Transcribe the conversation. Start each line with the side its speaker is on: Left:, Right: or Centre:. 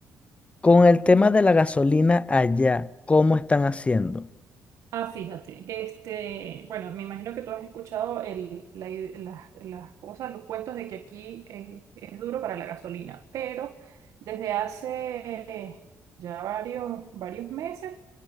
Left: con el tema de la gasolina allá, ¿cómo están haciendo?
Right: Ah, fíjate, este, bueno, me imagino que tú has escuchado el, la i- las, las cosas, los cuentos de que aquí es, es duro para la gasolina, pero desde hace eh, ya varios, varios meses,